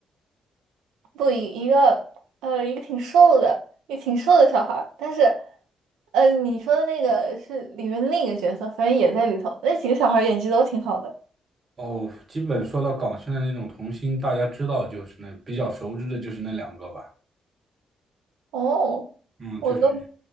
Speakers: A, on the right; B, on the right.
A: 不一一个呃一个挺瘦的，也挺瘦的小孩儿但是呃你说的那个是里面的另一个角色，反正也在里头。那几个小孩儿演技都挺好的
B: 哦，基本说到港星的那种童星，大家知道就是那比较熟知的就是那两个吧。
A: 哦，
B: 嗯，
A: 我都
B: 就是